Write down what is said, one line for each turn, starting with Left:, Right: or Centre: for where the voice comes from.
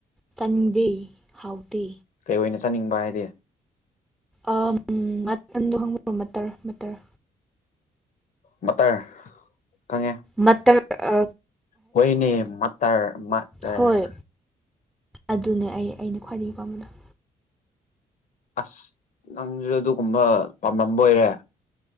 Centre: ꯆꯥꯅꯤꯡꯗꯦ ꯍꯥꯎꯇꯦ
Left: ꯀꯩ ꯑꯣꯏꯅ ꯆꯥꯅꯤꯡꯕ ꯍꯥꯏꯗꯤ
Centre: ꯑꯣ ꯎꯝ ꯃꯇꯟꯗꯣ ꯈꯪꯕꯔꯣ ꯃꯇꯔ ꯃꯇꯔ
Left: ꯃꯇꯥ ꯈꯪꯉꯦ
Centre: ꯃꯇꯔ ꯑ
Left: ꯍꯣꯏꯅꯦ ꯃꯇꯔ ꯃꯠꯑꯔ
Centre: ꯍꯣꯏ ꯑꯗꯨꯅꯦ ꯑꯩ ꯑꯩꯅ ꯈ꯭ꯋꯥꯏꯗꯒꯤ ꯄꯥꯝꯕꯗꯣ
Left: ꯑꯁ ꯅꯪꯖꯨ ꯑꯗꯨꯒꯨꯝꯕ ꯄꯥꯝꯂꯝꯕ ꯑꯣꯏꯔꯦ